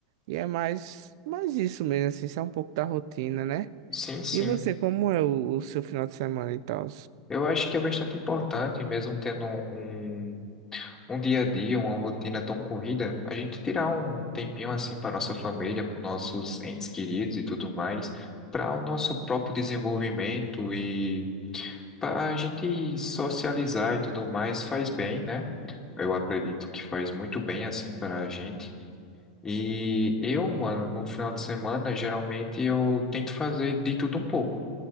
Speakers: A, on the right; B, on the left.
A: E é mais, mais isso mesmo, assim, isso é um pouco da rotina, né?
B: Sim, sim.
A: E você, como é o, o seu final de semana e tal?
B: Eu acho que é bastante importante, mesmo tendo um, um um dia a dia, uma rotina tão corrida, a gente tirar um tempinho assim para nossa família, para nossos entes queridos e tudo mais, para o nosso próprio desenvolvimento e para a gente socializar e tudo mais, faz bem, né? Eu acredito que faz muito bem assim para a gente. E eu, mano, no final de semana, geralmente eu tento fazer de tudo um pouco.